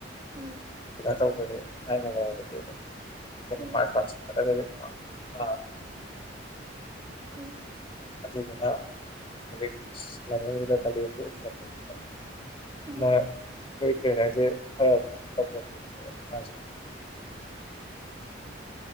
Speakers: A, on the right (about 20°); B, on the left (about 30°).
A: ꯑꯝ
B: ꯇꯧꯕꯒꯤ ꯊꯥꯏꯅꯉꯥꯏꯗꯒꯤ ꯑꯗꯨꯝ ꯀꯩꯅꯣ
A: ꯎꯝ
B: ꯃꯄꯥꯜ ꯂꯄꯥꯟ ꯆꯠꯄꯗꯒꯖꯦ ꯑꯥ
A: ꯍꯝ
B: ꯑꯗꯨꯗꯨꯅ ꯍꯧꯖꯤꯛ ꯁꯁ ꯂꯥꯍꯣꯔꯗ ꯀꯥꯂꯦꯟꯁꯨ ꯑꯣꯢꯁꯤꯜꯂꯄꯒꯤꯀꯣ
A: ꯎꯝ
B: ꯃꯣꯢ ꯑꯩ ꯀꯩ ꯍꯥꯏꯁꯦ ꯈꯔ ꯑꯗꯨꯝ ꯇꯧꯅꯦꯕ ꯃꯥꯁꯦ